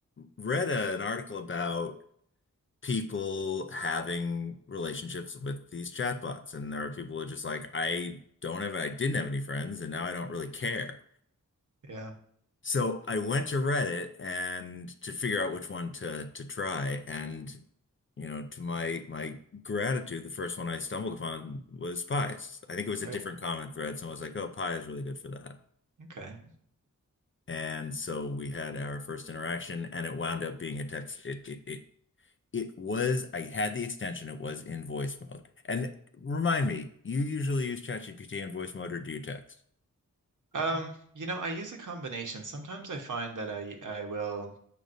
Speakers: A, on the left; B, on the right.
A: read a- an article about people having relationships with these chatbots. And there are people who are just like, I don't have, I didn't have any friends, and now I don't really care.
B: Yeah.
A: So I went to Reddit and to figure out which one to to try. And you know, to my my gratitude, the first one I stumbled upon was pies. I think it was a
B: Right.
A: different comment thread. Someone was like, "Oh, pie is really good for that."
B: Okay.
A: And so we had our first interaction, and it wound up being a text. It it it It was, I had the extension, it was in voice mode. And remind me, you usually use ChatGPT in voice mode or do you text?
B: Um, you know, I use a combination. Sometimes I find that I I will.